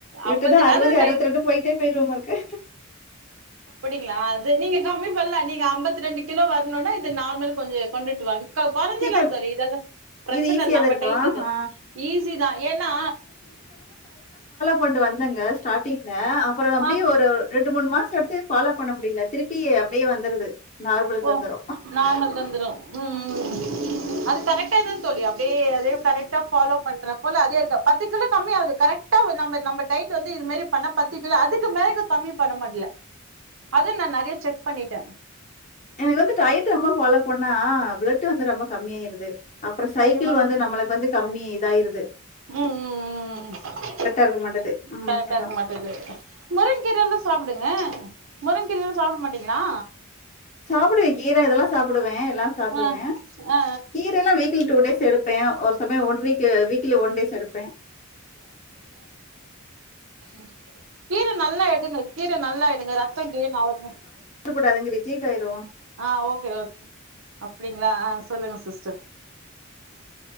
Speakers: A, on the left (about 35°); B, on the right (about 70°).
A: இப்பதா
B: அம்பத்தி எட்டு
A: அறுபது
B: அதுங்க
A: அறுவத்ரெண்டு போய்ட்டே போயிருவமாருக்கு
B: அப்டிங்ளா அது நீங்க கம்மி பண்லா நீங்க அம்பெத்ரெண்டு கிலோ வரணுனுனா இது நார்மல் கொஞ்சோ கொண்டுட்டு வாங்க கா கொறஞ்சிருலா
A: சீக்கிரம்
B: தோழி இதெல்லா பிரச்சன
A: இது ஈஸியா
B: இல்ல
A: தான்
B: ஆமா
A: இருக்கும்.
B: டை கட்டுவே
A: ஆ.
B: ஈஸி தா ஏன்னா
A: கொண்டு வந்தங்க ஸ்டாட்டிங்ல அ அப்றோ அப்டியே
B: ஆ
A: ஒரு ரெண்டு மூனு மாச எடுத்து பாலோ பண்ண முடில திருப் டி அப்டே வந்துருது நார்மலுக்கு
B: ஓ
A: வந்துரும்.
B: நார்மளுக்கு வந்துரு உம்ம் அது கரெக்டாதா தோழி அப்டியே அதே கரெக்டா ஃபாலோ பண்றப்பல அதே இருக்கா பத்து கிலோ கம்மியாகுது கரெக்டா நம்ம நம்ம டயட்டு வந்து இது மாரி பண்ணா பத்து கிலோ அதுக்கு மேலஇத கம்மி பண்ண முடில அத நா நெறய செக் பண்ணிட்டே
A: எனக்கு வந்து டயட் ரொம்ப ஃபாலோ பண்ணா பிளெட் வந்து ரொம்ப கம்மியாயிருது அப்ற சைக்கிள்
B: ஐயோ
A: வந்து நம்மளுக்கு வந்து கம்மி இதாய்ருது
B: உம்- உம்- உம்
A: இருக்க மாட்டது. ம்
B: கரெக்டா
A: அதான்.
B: இருக்க மாட்டுது முருங்கீரலா சாப்டுங்க முருங்கீரலா சாப்ட மாட்டீங்ளா
A: சாப்டுவே கீர இதெல்லா சாப்டுவே லா சாப்டுவே
B: ஆ ஆ
A: கீரெலா வீக்லி டூ டேஸ் எடுப்பே ஒரு சமய one week weekly one days எடுப்பே
B: ம் <inaudible> கீர நல்லா எடுங்க கீர நல்லா எடுங்க ரத்தோ கெயின் ஆகட்டு
A: கூடா <unintelligible> ரிஜெக்ட் ஆய்ரு
B: ஆ ஓகே ஓ அப்டிங்ளா ஆ சொல்லுங்க சிஸ்டர்